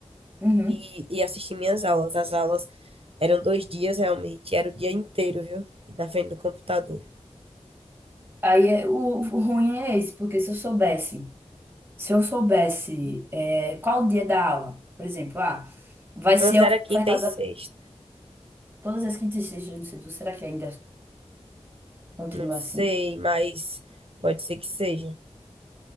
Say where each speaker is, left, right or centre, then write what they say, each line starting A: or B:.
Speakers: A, on the right; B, on the right.
A: uhum.
B: e, e assistir minhas aulas. As aulas eram dois dias realmente, era o dia inteiro, viu? Na frente do computador.
A: Aí é- o, o ruim é esse, porque se eu soubesse, se eu soubesse é, qual o dia da aula, por exemplo, ah, vai ser
B: Antes era quinta
A: ofertada
B: e sexta.
A: todas as quintas e sextas, não sei, será que ainda continua
B: Não sei,
A: assim?
B: mas pode ser que seja.